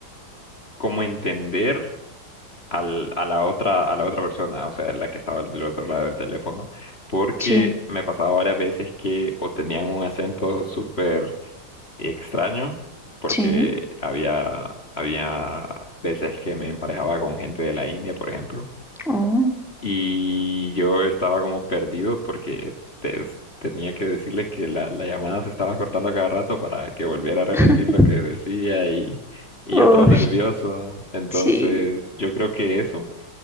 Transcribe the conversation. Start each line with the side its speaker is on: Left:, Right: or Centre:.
Left: cómo entender al, a la otra, a la otra persona, o sea, la que estaba del otro lado del teléfono, porque
Centre: Sí,
Left: me pasaba varias veces que o tenían un acento súper y extraño, porque
Centre: sí.
Left: había, había veces que me emparejaba con gente de la India, por ejemplo,
Centre: Oh,
Left: y yo estaba como perdido porque te- tenía que decirle que la, la llamada se estaba cortando cada rato para que volviera a repetir
Centre: <laughs>
Left: lo que decía y, y
Centre: oh,
Left: yo todo nervioso. Entonces,
Centre: sí.
Left: yo creo que eso.